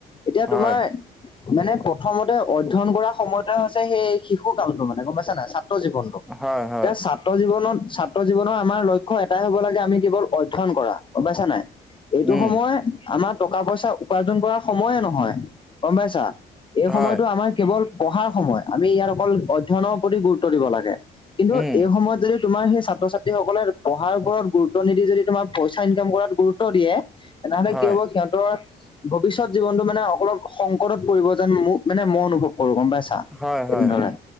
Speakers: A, on the left (about 25°); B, in the centre.
A: এতিয়া
B: হয়
A: তোমাৰ মানে প্ৰথমতে অধ্যয়ন কৰা সময়ত হৈছে সেই শিশু কালতো মানে গম পাইছা নে ছাত্ৰ জীৱন এতিয়া
B: হয় হয়
A: ছাত্ৰ জীৱনত ছাত্ৰ জীৱনৰ আমাৰ লক্ষ্য এটাই হ'ব লাগে আমি কেৱল অধ্যয়ন কৰা গম পাইছা নাই এইটো
B: উম
A: সময় আমাক টকা পইচা উপাৰ্জন কৰ সময়ে নহয় গম পাইছা এই
B: হয়
A: সময়তটো আমাৰ কেৱল ট পঢ়াৰ সময় আমি ইয়াত অকল অধ্যয়নৰ প্ৰতি গুৰুত্ব দিব লাগে কিন্তু
B: উম
A: এই সময়ত যদি তোমাৰ সেই ছাত্ৰ ছাত্ৰী সকলে পঢ়াৰ ওপৰত গুৰুত্ব নিদি যদি তোমাৰ পইচা ইনকাম কৰাত গুৰুত্ব দিয়ে তেনেহলে
B: হয়
A: কি হব সিহত ভৱিষ্যত জীৱনতটো মানে অলপ সংকটত পৰিব যেন মোক মানে মই অনুভৱ কৰো গম পাইছো।
B: হয়
A: তেনেদৰে
B: হয় উম